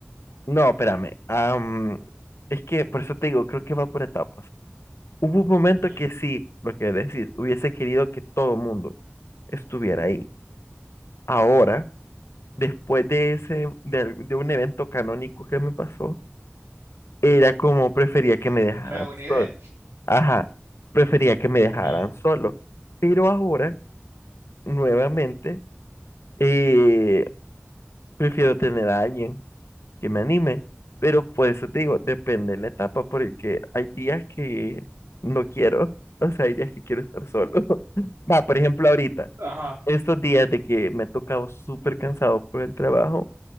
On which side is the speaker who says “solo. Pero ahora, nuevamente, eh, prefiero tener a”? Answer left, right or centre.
Left